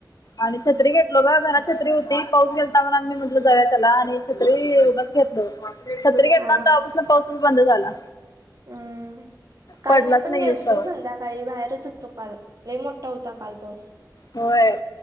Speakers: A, on the left; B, on the right.
A: आणि छत्री घेतलो ग घरात छत्री होती पाऊस गेलता म्हनूण <unintelligible> छत्री घेतल्या तेव्हा
B: हा
A: पासन पाऊस यायचं बंद झाला.
B: हम्म काल
A: पडलाच
B: मी पण
A: नाही
B: गेलतो
A: येऊस तवर.
B: संध्याकाळी बाहेरच होत तो काल ल मोठा होता काल पाऊस.
A: होय.